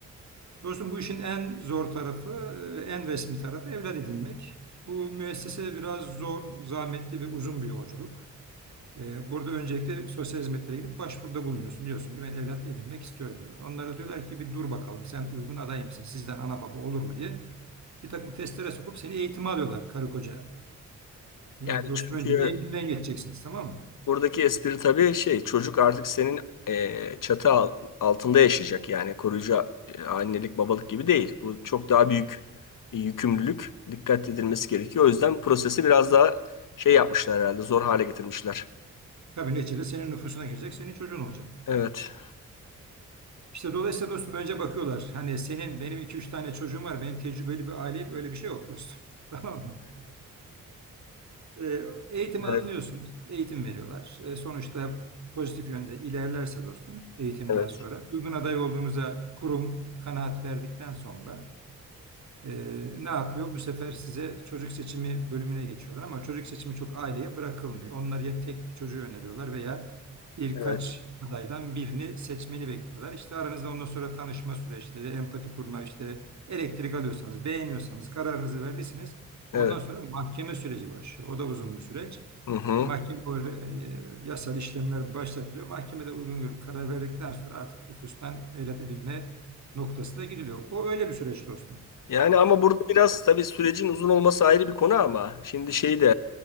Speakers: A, on the right (about 55°); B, on the left (about 70°).
A: Dostum bu işin en zor tarafı e, ve en resmi tarafı evlat edinmek. Bu müessese biraz zor, zahmetli ve uzun bir yolculuk. Ee, Burada öncelikle sosyal hizmetlere gidip başvuruda bulunuyorsun. Diyorsun ki ben evlat edinmek istiyorum diyorlar. Onlara diyorlar ki bir dur bakalım sen uygun aday mısın? Sizden ana baba olur mu diye bir takım testlere sokup seni eğitime alıyorlar karı koca. Yani
B: Yani
A: dostum
B: çünkü
A: önce bir eğitimden geçeceksiniz tamam mı?
B: Buradaki espri tabii şey çocuk artık senin e, çatı al- altında yaşayacak yani koruyucu e, annelik babalık gibi değil. Bu çok daha büyük bir yükümlülük dikkat edilmesi gerekiyor. O yüzden prosesi biraz daha şey yapmışlar herhalde zor hale getirmişler.
A: Tabii neticede senin nüfusuna girecek, senin çocuğun olacak.
B: Evet.
A: İşte dolayısıyla dostum önce bakıyorlar. Hani senin benim iki üç tane çocuğum var. Ben tecrübeli bir aileyim. Öyle bir şey yok dostum. <laughs> Tamam mı? E, eğitimi alınıyorsunuz.
B: Evet.
A: Eğitim veriyorlar. E, sonuçta pozitif yönde ilerlerse dostum eğitimden
B: Evet.
A: sonra uygun aday olduğunuza kurum kanaat verdikten sonra ee, ne yapıyor? Bu sefer size çocuk seçimi bölümüne geçiyorlar ama çocuk seçimi çok aileye bırakılmıyor. Onlar ya tek bir çocuğu öneriyorlar veya birkaç
B: Evet.
A: adaydan birini seçmeni bekliyorlar. İşte aranızda ondan sonra tanışma süreçleri, empati kurma, işte elektrik alıyorsanız, beğeniyorsanız, kararınızı verdiyseniz
B: Evet.
A: ondan sonra mahkeme süreci başlıyor. O da uzun bir süreç.
B: Hı hı.
A: Mahkeme e, e, yasal işlemler başlatılıyor. Mahkemede uygun görüp karar verdikten sonra artık nüfustan evlat edinme noktasına gidiliyor. O öyle bir süreç dostum.
B: Yani ama burada biraz tabii sürecin uzun olması ayrı bir konu ama şimdi şey de